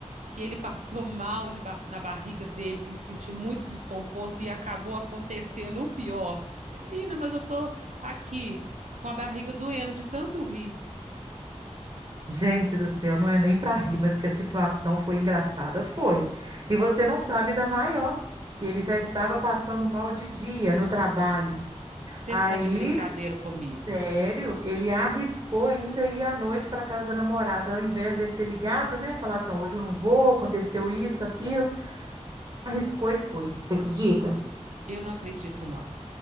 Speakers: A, on the right; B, on the right.
A: Que ele passou mal de ba- na barriga dele, que ele sentiu muito desconforto e acabou acontecendo o pior. Menina, mas eu tô aqui com a barriga doendo de tanto rir.
B: Gente do céu, não é nem pra rir, mas que a situação foi engraçada, foi. E você não sabe da maior, que ele já estava passando mal de dia no trabalho.
A: você
B: Aí,
A: tá de brincadeira comigo?
B: sério, ele arriscou ainda ir à noite para casa da namorada, ao invés dele ter ligado, né? Falado assim, "Ó, hoje eu não vou, aconteceu isso, aquilo. Arriscou e foi. Você acredita?
A: Eu não acredito, não.